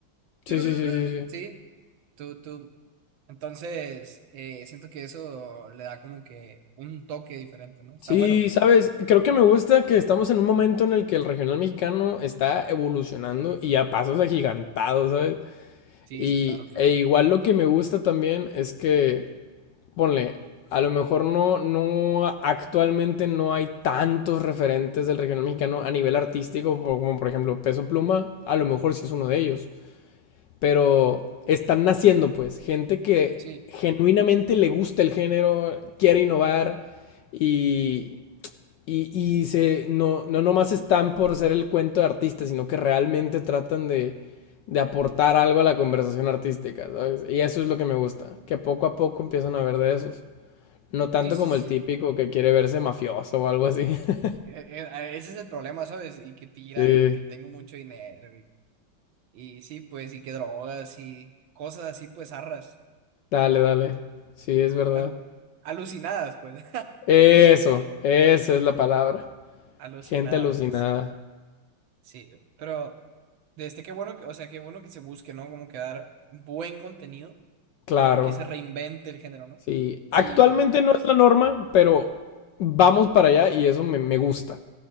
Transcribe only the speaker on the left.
sí, sí, sí, sí, sí.
Sí,
sabes, creo que me gusta que estamos en un momento en el que el regional mexicano está evolucionando y a pasos agigantados, ¿sabes?
Y
e igual lo que me gusta también es que, ponle, a lo mejor no, no, actualmente no hay tantos referentes del regional mexicano a nivel artístico, por- como por ejemplo Peso Pluma, a lo mejor sí es uno de ellos, pero están naciendo pues, gente que
genuinamente le gusta el género, quiere innovar y... Y, y se, no, no nomás están por ser el cuento de artistas sino que realmente tratan de, de aportar algo a la conversación artística, ¿sabes? Y eso es lo que me gusta, que poco a poco empiezan a ver de esos. No tanto
como
el típico
que quiere verse mafioso o algo así. <laughs>
Sí,
dale, dale. Sí, es verdad.
Eso, eso es la palabra.
Gente alucinada.
Claro,
sí. Actualmente
no es la norma, pero vamos para allá y eso me, me gusta.